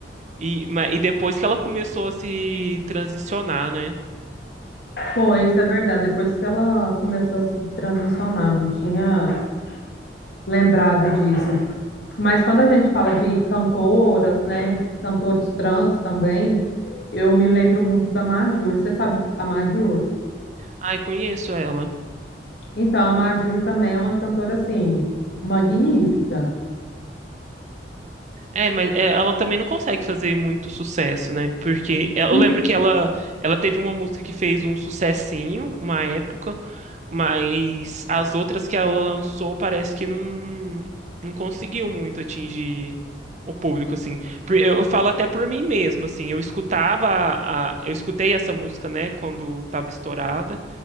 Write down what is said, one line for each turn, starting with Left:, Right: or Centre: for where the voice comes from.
Right: E, ma- e depois que ela começou a se transicionar, né?
Left: Foi, isso é verdade. Depois que ela começou a se transicionar, não tinha lembrado disso. Mas quando a gente fala de cantoras, né, cantores trans também, eu me lembro muito da Majur. Você sabe a Majur?
Right: Ai, conheço ela.
Left: Então, a Majur também é uma cantora, assim, magnífica.
Right: É, mas é, ela também não consegue fazer muito sucesso, né? Porque é, eu
Left: E-
Right: lembro que ela, ela teve uma música que fez um sucessinho, uma época. Mas as outras que ela lançou parece que não, não conseguiu muito atingir o público, assim. Por- Eu, eu falo até por mim mesmo, assim. Eu escutava a, a- eu escutei essa música, né, quando estava estourada,